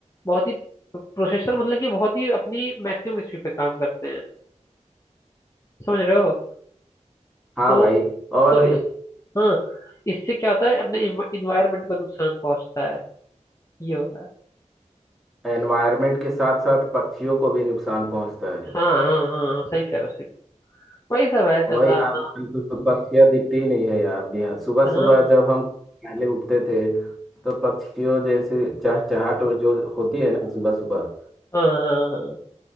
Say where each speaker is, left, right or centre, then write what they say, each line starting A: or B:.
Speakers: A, on the left; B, in the centre.
A: बहुत ही प्रोसेसर मतलब कि बहुत ही अपनी मैक्सिमम स्पीड पे काम करते हैं समझ रहे हो
B: हाँ
A: तो
B: भाई और
A: तो इस हाँ इससे क्या होता है अपने इन्वायरमेंट को नुकसान पहुंचता है ये होता है
B: एनवायरनमेंट के साथ साथ पक्षियों को भी नुकसान पहुंचता है
A: हाँ हाँ हाँ सही कह रहे हो सही कह रहे हो। वही सब है चल
B: वही
A: रहा अपना
B: आज हमको पक्षियाँ दिखती ही नहीं है यार बिहार सुबह
A: हाँ
B: सुबह जब हम पहले उठते थे तो पक्षियों जैसे चहचहाट जो होती है ना सुबह सुबह
A: हाँ हाँ हाँ।